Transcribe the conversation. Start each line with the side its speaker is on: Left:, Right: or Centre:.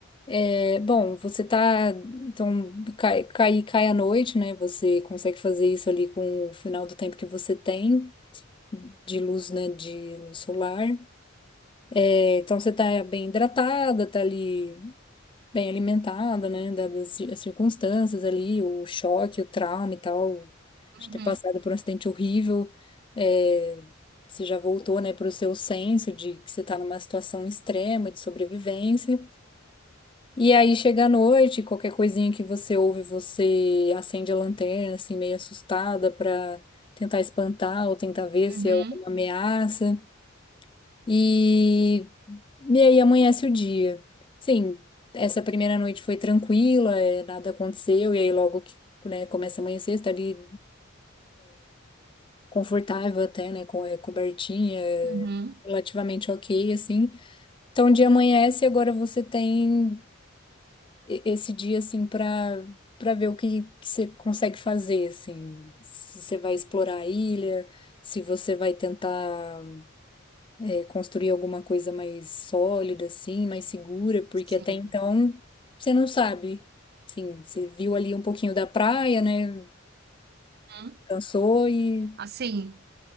Left: É, bom, você tá, então, cai, cai, cai à noite, né? Você consegue fazer isso ali com o final do tempo que você tem de luz, né? De luz solar. É, então, você tá bem hidratada, tá ali bem alimentada, né? Dadas as ci- as circunstâncias ali, o choque, o trauma e tal, de
Right: Uhum,
Left: ter passado por um acidente horrível. É, você já voltou, né, para o seu senso de que você tá numa situação extrema de sobrevivência. E aí chega a noite, qualquer coisinha que você ouve, você acende a lanterna, assim, meio assustada pra tentar espantar ou tentar ver
Right: uhum.
Left: se é alguma ameaça. E, e aí amanhece o dia. Sim, essa primeira noite foi tranquila, é, nada aconteceu, e aí logo que, né, começa a amanhecer, você tá ali confortável até, né, com é, cobertinha, é,
Right: Uhum,
Left: relativamente ok, assim. Então o dia amanhece e agora você tem e- esse dia assim para para ver o que que você consegue fazer assim, se você vai explorar a ilha, se você vai tentar é, construir alguma coisa mais sólida assim, mais segura, porque
Right: sim.
Left: até então você não sabe. Sim, você viu ali um pouquinho da praia, né?
Right: Uhum.
Left: Cansou e
Right: Assim,